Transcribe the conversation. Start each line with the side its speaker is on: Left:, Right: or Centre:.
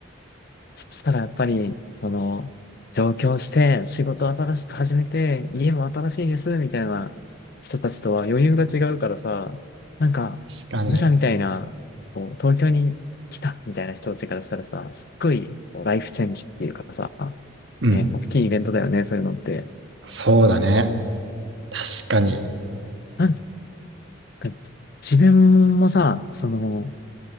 Left: そしたらやっぱり、その、上京して、仕事新しく始めて、家も新しいです、みたいな人たちとは余裕が違うからさ、なんか、
Right: 確かに。
Left: 俺らみたいな、こう、東京に来た、みたいな人たちからしたらさ、すっごい、こうライフチェンジっていうかさ、
Right: うん。
Left: ね、大きいイベントだよね、そういうのって。
Right: そうだね。確かに。
Left: なんか、自分もさ、その、